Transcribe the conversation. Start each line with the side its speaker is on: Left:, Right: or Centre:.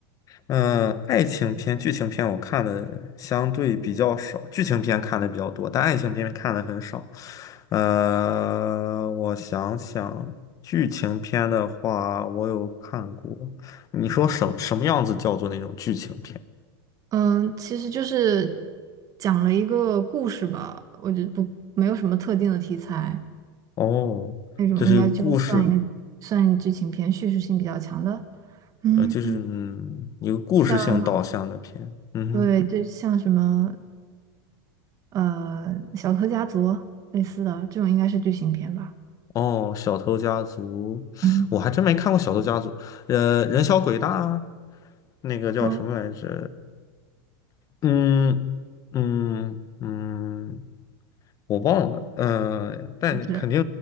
Left: 嗯，爱情片、剧情片我看的相对比较少，剧情片看的比较多，但爱情片看的很少。呃，我想想，剧情片的话，我有看过。你说什什么样子叫做那种剧情片？
Right: 嗯，其实就是讲了一个故事吧，我觉得不没有什么特定的题材，
Left: 哦，
Right: 那种应该就算一个算剧情片，
Left: 这是一个故事，
Right: 叙事性比较强的。嗯，
Left: 呃，就是嗯，一个故事性导向的片。
Right: 像
Left: 嗯哼，
Right: 对，就像什么呃《小偷家族》类似的这种，应该是剧情片吧。
Left: 哦，《小偷家族》，
Right: 嗯
Left: 我还真没看过《小偷家族》。呃，《人小鬼大》啊那个叫什么来着？
Right: 嗯，
Left: 嗯嗯嗯，我忘了，呃，但肯定
Right: 是